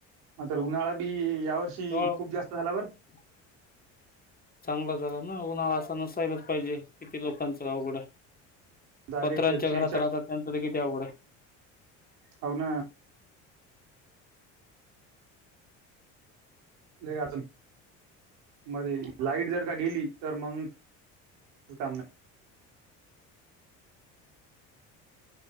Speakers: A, on the right (about 75°); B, on the left (about 25°).
A: म तर उन्हाळा बी या वर्षी
B: हिवाळा
A: खूप जास्त झालावरर
B: <unintelligible> चांगला झाला ना उन्हाळा असा नसायलाच पाहिजे किती लोकांच अवघडं
A: डायरेक्ट
B: पत्रांच्या
A: शेहेचाळीस
B: घरात राहतात त्यांचं ते किती अवघडं
A: होऊ ना ल आच मध्ये लाईट जर का गेली तर मग काम नाही